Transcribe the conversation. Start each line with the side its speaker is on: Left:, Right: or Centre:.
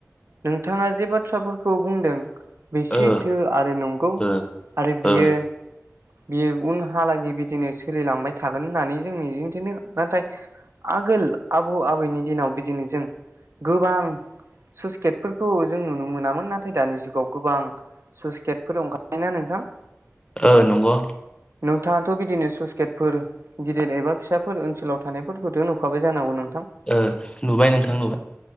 Right: नोंथाङा जे बाथ्राफोरखौ बुंदों बे सैथो
Left: ओ
Right: आरो नंगौ
Left: ओ
Right: आरो बियो
Left: ओ
Right: बियो उनहालागै बिदिनो सोलिलांबाय थागोन होननानै जों मिजिंथिनो नाथाय आगोल आबौ आबैनि दिनाव बिदिनो जों गोबां सुसगेटफोरखौ जों नुनो मोनामोन नाथाय दानि जुगाव गोबां सुसगेटफोरओंखारबायना नोंथां
Left: ओ नंगौ।
Right: नोंथाङाथ' बिदिनो सुइसगेटफोर गिदिर एबा फिसाफोर ओनसोलाव थानायफोरखौथ' नुखाबाय जानांगौ नोंथां।
Left: ओ नुबाय नोंथां नुबाय।